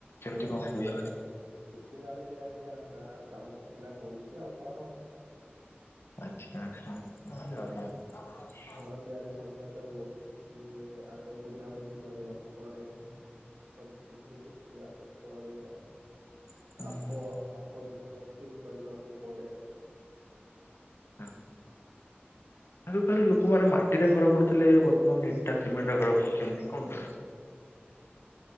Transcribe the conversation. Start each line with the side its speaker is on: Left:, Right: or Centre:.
Left: ଯେମିତି କହନ୍ତି?
Right: କଣ ଜାଣିଛି। କିଛି ଜାଣିନି ଆଜ୍ଞା ଯାହା କାମ ଥିଲା କରୁଛି ଆଉ କଣ?
Left: ଆଚ୍ଛା ଆଛା <inaudible>
Right: ଘର ତିଆରି ସମୟରେ ବହୁତ କିଛି ଆଗ ପୂଜା ଫୁଜି କରିବାକୁ ପଡେ। ସବୁ କିଛି ଦେଖିବାକୁ ପଡେ
Left: ହୁଁ
Right: ମାପ
Left: ହୁଁ।
Right: ମାପ ଚୁପ ଠିକ କରିବାକୁ ପଡେ।
Left: ହଁ। ଆଗକାଳେ ଲୋକମାନେ ମାଟିରେ ଘର କରୁଥିଲେ ବର୍ତ୍ତମାନ ଇଟା ସିମେଣ୍ଟରେ ଘର କରୁଛନ୍ତି କଣ ପାଇଁ?